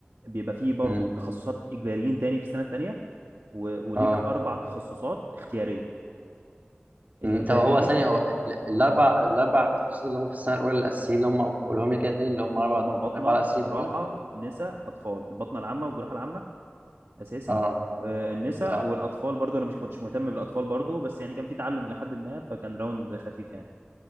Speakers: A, on the right; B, on the right.
A: بيبقى فيه برضو
B: امم
A: تخصصات اجباريين تاني في السنه الثانيه وليك
B: اه
A: اربع تخصصات اختياريه الاجباريين
B: مم. طب هو ثانية هو ال- الأربع الأربع تخصصات اللي هم في السنة الأولى الأساسيين اللي هم قولهم لي كده تاني اللي هم أربع
A: اللي هم الباطنه
B: الأربعة الأساسيين
A: جراحه
B: في الأولى
A: نساء اطفال الباطنه العامه والجراحه العامه اساسي
B: اه
A: آه، النساء
B: اه
A: والاطفال برضو انا مش كنتش مهتم بالاطفال برضو بس يعني كان في تعلم الى حد ما فكان راوند خفيف يعني